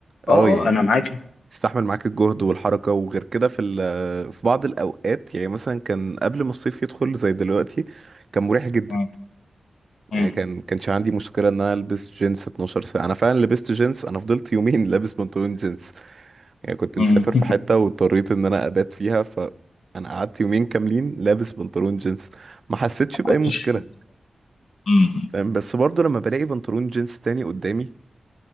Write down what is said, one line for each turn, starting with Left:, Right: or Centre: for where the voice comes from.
Right: اه
Left: اه
Right: يعني
Left: اه انا معاك
Right: بيستحمل معاك الجهد والحركه وغير كده في ال- في بعض الاوقات يعني مثلا كان قبل ما الصيف يدخل زي دلوقتي كان مريح جدا
Left: مم. مم.
Right: يعني كان كانش عندي مشكلة ان انا البس جينز 12 ساعة انا فعلا لبست جينز انا فضلت يومين <laughs> لابس بنطلون جينز يعني كنت
Left: مم.
Right: مسافر في
Left: <laughs>
Right: حتة واضطريت ان انا ابات فيها فانا قعدت يومين كاملين لابس بنطلون جينز ما حسيتش
Left: ما
Right: بأي
Left: كنتش
Right: مشكلة
Left: مم.
Right: فاهم بس برضو لما بلاقي بنطلون جينز تاني قدامي